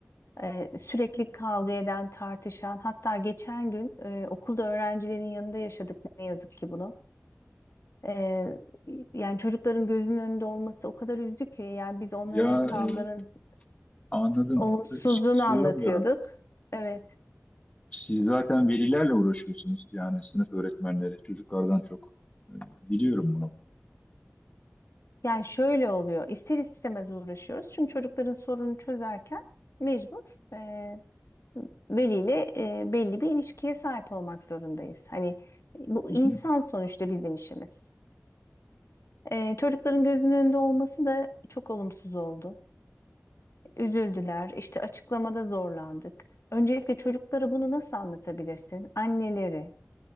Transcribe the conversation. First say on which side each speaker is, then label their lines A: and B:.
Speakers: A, on the left; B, on the left.
A: E, sürekli kavga eden, tartışan, hatta geçen gün e, okulda öğrencilerin yanında yaşadık ne yazık ki bunu. E, yani çocukların gözünün önünde olması o kadar üzdü ki yani biz onlara
B: Ya
A: kavganın
B: e, anladım.
A: olumsuzluğunu
B: Ş- istiyorum
A: anlatıyorduk.
B: ya.
A: Evet.
B: Siz zaten velilerle uğraşıyorsunuz. Yani sınıf öğretmenleri, çocuklardan çok. E, Biliyorum bunu.
A: Yani şöyle oluyor. ister istemez uğraşıyoruz. Çünkü çocukların sorunu çözerken mecbur e, veliyle e, belli bir ilişkiye sahip olmak zorundayız. Hani bu
B: Hı
A: insan
B: hı,
A: sonuçta bizim işimiz. E, çocukların gözünün önünde olması da çok olumsuz oldu. Üzüldüler, işte açıklamada zorlandık. Öncelikle çocuklara bunu nasıl anlatabilirsin? Anneleri.